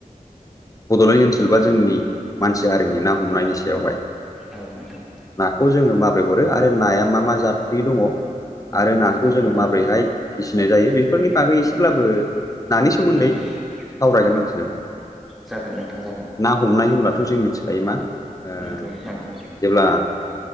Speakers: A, on the left; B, in the centre.
A: बडलेण्ड ओनसोल बा जोंनि मानसि हारिनि
B: औ
A: ना हमनायनि सायावहाय
B: औ नोंथां
A: नाखौ जोङो माब माबोरै हरो आरो नाया मा मा जादनि दङ
B: नंगौ
A: आरो नाखौ
B: नंगौ
A: जोङो माबोरैहाय फिसिनाय जायो बेफोरनि
B: औ
A: बागै एसेब्लाबो नानि सोमोन्दै
B: नंगौ
A: सावरायगोन
B: औ
A: आरोखि नोंथां।
B: जागोन नोंथां जागोन
A: ना हमनाय होनब्लाथ जों मिथि खायो मा ओ
B: नंगौ नंगौ
A: जेब्ला